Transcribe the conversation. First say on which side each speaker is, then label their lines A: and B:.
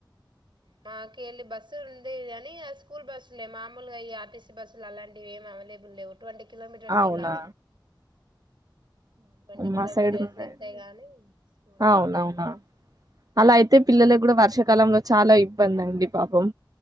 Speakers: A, on the right; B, on the right.
A: మాకి అలి బస్సు ఉంద స్కూల్ బస్సులే మామలుగా ఈ ఆర్టీసీ బస్సులు అలాంటివి ఏమి అవైలబుల్ లేవు ట్వంటీ కిలోమీటర్స్
B: అవునా
A: వెళ్ళాలి ట్వంటీ కిలోమీటర్స్
B: మా సైడ్ ఉన్నాయిడి
A: వెళ్తే గాని స్కూల్
B: అవునవునా అలా అయితే పిల్లల కూడా వర్షకాలంలో చాలా ఇబ్బంది అండి పాపం